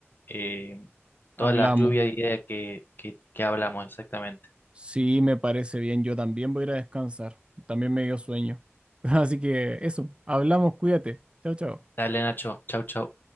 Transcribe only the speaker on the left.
eh, todas
las lluvias de ideas que, que, que hablamos exactamente.
Dale, Nacho, chau, chau.